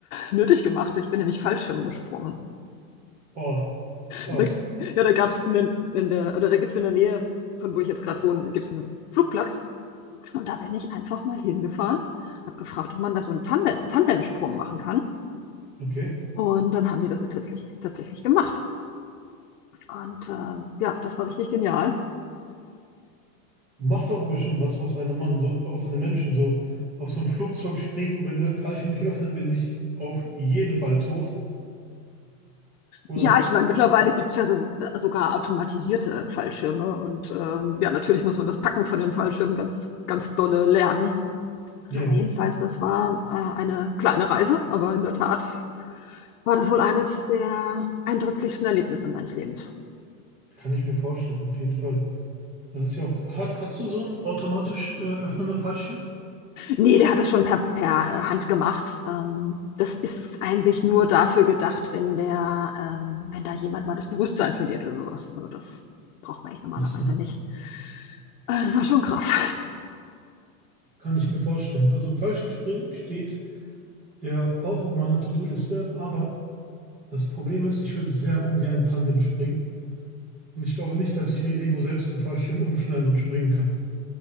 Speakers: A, on the left; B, on the right.
A: nötig gemacht. Ich bin nämlich Fallschirm gesprungen.
B: Oh, krass.
A: Da, ja, da gab es in, in der, oder da gibt es in der Nähe, von wo ich jetzt gerade wohne, gibt es einen Flugplatz. Und da bin ich einfach mal hingefahren, habe gefragt, ob man da so einen Tandem, Tandemsprung machen kann.
B: Okay.
A: Und dann haben die das tatsächlich, tatsächlich gemacht. Und äh, ja, das war richtig genial.
B: Mach doch bestimmt was aus einem Mann, so aus einem Menschen, so auf so ein Flugzeug springen, wenn der Fallschirm nicht öffnet, bin ich auf jeden Fall tot. Oder
A: Ja, ich meine, mittlerweile gibt es ja so, äh, sogar automatisierte Fallschirme. Und ähm, ja, natürlich muss man das Packen von den Fallschirmen ganz, ganz dolle lernen.
B: ja,
A: Aber jedenfalls, das war äh, eine kleine Reise, aber in der Tat war das wohl eines der eindrücklichsten Erlebnisse meines Lebens.
B: kann ich mir vorstellen, auf jeden Fall. Das ist ja auch. die- Hat, hast du so einen automatisch äh, öffnenden Fallschirm?
A: Nee, der hat es schon per, per äh, Hand gemacht. Ähm, das ist eigentlich nur dafür gedacht, wenn der, ähm, wenn da jemand mal das Bewusstsein verliert oder sowas. Also das braucht man eigentlich normalerweise
B: Ach so,
A: nicht. Äh, Das war schon krass.
B: kann ich mir vorstellen. Also Fallschirmspringen steht ja auch auf meiner To-Do-Liste, aber das Problem ist, ich würde sehr ungern Tandem springen und ich glaube nicht, dass ich mir irgendwo selbst einen Fallschirm umschneiden und springen kann.